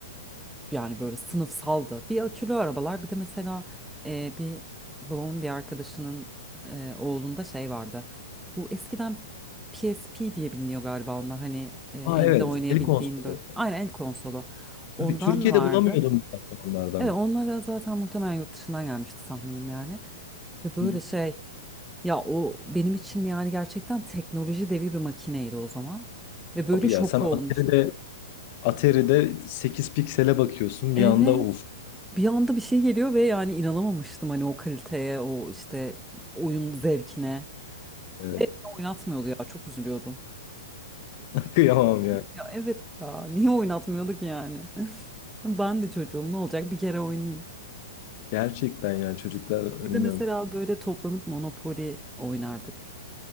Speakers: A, in the centre; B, on the left.
A: yani böyle sınıfsaldı. Bir akülü arabalar bir de mesela e, bir babamın bir arkadaşının e, oğlunda şey vardı. Bu eskiden PSP diye biliniyor galiba onlar hani e, elde
B: Aa evet
A: oynayabildiğin
B: el konsolosu.
A: böyle. Aynen el konsolu. Ondan
B: Tabii Türkiye'de
A: vardı.
B: bulamıyordum bu onlardan.
A: Evet onlara zaten muhtemelen yurt dışından gelmişti tahminim yani. Ve böyle
B: Hı.
A: şey ya o benim için yani gerçekten teknoloji devi bir makineydi o zaman. Ve böyle
B: Abi
A: şok
B: ya sen Atari'de
A: olmuştum.
B: Atari'de 8 piksele bakıyorsun
A: Evet
B: bir anda of.
A: bir anda bir şey geliyor ve yani inanamamıştım hani o kaliteye, o işte oyun zevkine.
B: Evet.
A: Ve beni oynatmıyordu ya çok üzülüyordum.
B: <laughs> Kıyamam ya.
A: Ya evet ya <laughs> niye oynatmıyorduk yani? <laughs> Ben de çocuğum ne olacak bir kere oynayayım.
B: Gerçekten yani çocuklar
A: Bir
B: bilmiyorum.
A: de mesela böyle toplanıp Monopoly oynardık.